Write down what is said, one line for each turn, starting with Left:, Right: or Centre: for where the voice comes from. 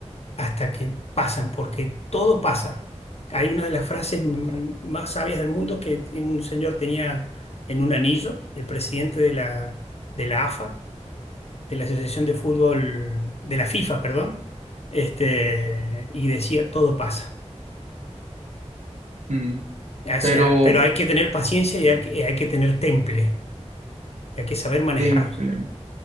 Left: hasta que pasan, porque todo pasa. Hay una de las frases m- más sabias del mundo que un señor tenía en un anillo, el presidente de la, de la AFA, de la Asociación de Fútbol, de la FIFA, perdón, este, y decía, todo pasa.
Right: Mm,
Left: O
Right: Pero
Left: sea, pero hay que tener paciencia y hay que, hay que tener temple, hay que saber manejar
Right: temple,